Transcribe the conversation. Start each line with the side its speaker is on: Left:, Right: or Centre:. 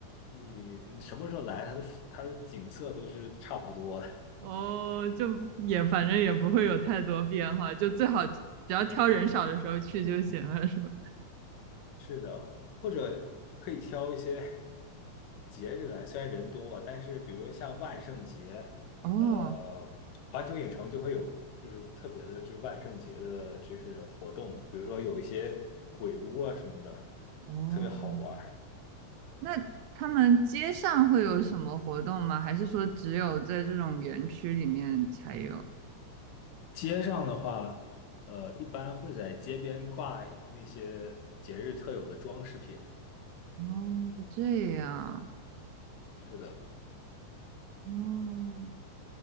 Left: 你你什么时候来，它的它的景色都是差不多的。<laughs>
Right: 哦，就也反正也不会有太多变化，就最好只要挑人少的时候去就行了，是吧？
Left: 是的，或者可以挑一些。节日来，虽然人多啊，但是比如像万圣节，
Right: 哦
Left: 呃，环球影城就会有就是特别的，就是万圣节的，就是活动，比如说有一些鬼屋啊什么的，
Right: 哦，
Left: 特别好玩儿。
Right: 那他们街上会有什么活动吗？还是说只有在这种园区里面才有？
Left: 街上的话，呃，一般会在街边挂那些节日特有的装饰品。
Right: 哦，这样，
Left: 是的，
Right: 哦，